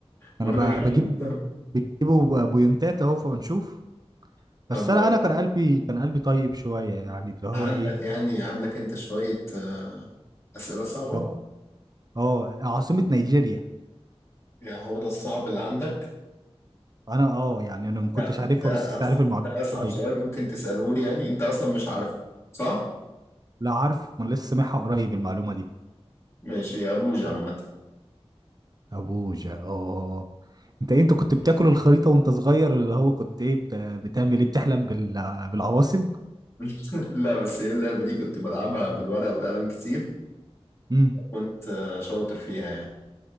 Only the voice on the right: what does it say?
انا بقى
بجيب بيجيبوا بوينتات اهو فبنشوف
بس
انا
انا كان قلبي كان قلبي طيب شويه يعني اللي هو
ايه
اه اه عاصمة نيجيريا
انا اه يعني انا ما كنتش
عارفها
ولسه
عارف المعلومة
قريب
لا عارف ما أنا لسه سامعها قريب المعلومة دي
ابوجا اه آه، آه. انت إيه، انت كنت بتاكل الخريطة وانت صغير اللي هو كنت ايه بت- بتعمل ايه بتحلم بال... بالعواصم
امم